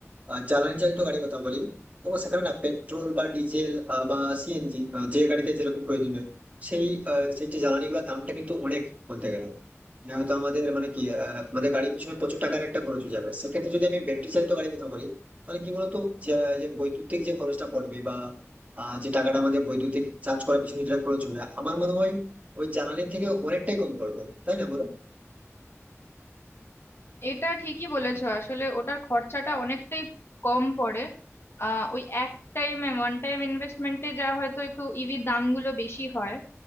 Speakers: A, on the right; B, on the left.
A: আহ, জ্বালানি চালিত গাড়ির কথা বলি তো সেখানে না পেট্রোল বা ডিজেল বা সিএনজি যে গাড়িতে যেরকম প্রয়োজন হয় সেই আহ, সেই যে জ্বালানি গুলোর দামটা কিন্তু অনেক বলতে গেলে মানে হয়তো আমাদের মানে কি আহ, আমাদের গাড়ির পিছনে প্রচুর টাকার একটা খরচ হয়ে যাবে সেক্ষেত্রে যদি আমি ব্যাটারি চালিত গাড়ির কথা বলি তাহলে কি বলতো যে যে বৈদ্যুতিক যে খরচটা পড়বে বা আহ যে টাকাটা আমাদের বৈদ্যুতিক চার্জ করার পিছনে যেটা খরচ হবে আমার মনে হয় ওই জ্বালানির থেকে অনেকটাই কম পড়বে তাই না বলো
B: এটা ঠিকই বলেছো আসলে ওটার খরচাটা অনেকটাই কম পড়ে আহ ওই এক টাইমে ওয়ান টাইম ইনভেস্টমেন্টে যা হয়তো একটু ইভির দামগুলো বেশি হয়